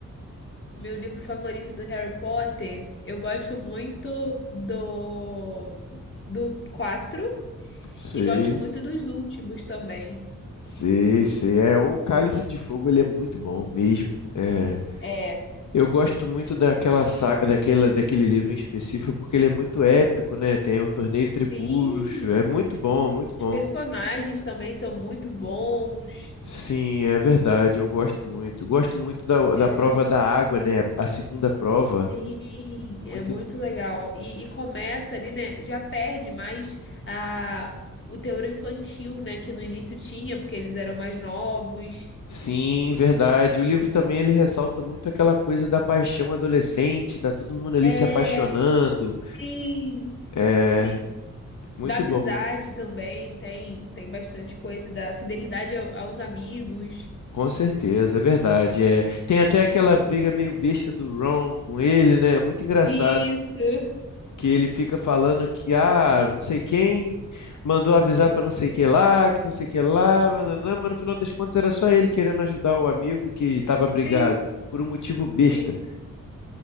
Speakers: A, on the left (about 35°); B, on the left (about 65°).
A: Meu livro favorito do Harry Potter, eu gosto muito do do 4
B: Sei,
A: e gosto muito dos últimos também.
B: sei, sei. É, o Cálice de Fogo, ele é muito bom mesmo. É,
A: É,
B: eu gosto muito daquela, sa- daquela, daquele livro em específico porque ele é muito épico, né? Tem o Torneio Tribruxo,
A: sim.
B: é muito bom, muito bom.
A: Os personagens também são muito bons.
B: Sim, é verdade, eu gosto muito. Gosto muito da,
A: É.
B: da prova da água, né? A segunda prova,
A: Sim, é
B: muito
A: muito legal. E, e começa ali, né? Já perde mais a, o teor infantil, né? Que no início tinha, porque eles eram mais novos.
B: Sim, verdade. O livro também ele ressalta muito aquela coisa da paixão adolescente, tá todo mundo ali
A: É,
B: se apaixonando.
A: sim,
B: É
A: sim.
B: muito
A: Da amizade
B: bom.
A: também tem, tem bastante coisa, da fidelidade ao- aos amigos.
B: Com certeza, é verdade. É, tem até aquela briga meio besta do Ron com ele, né? Muito engraçado
A: Isso.
B: que ele fica falando que ah, não sei quem mandou avisar pra não sei que lá, que não sei que lá, nananã, mas no final das contas era só ele querendo ajudar o amigo que estava brigado
A: Sim,
B: por um motivo besta.
A: sim.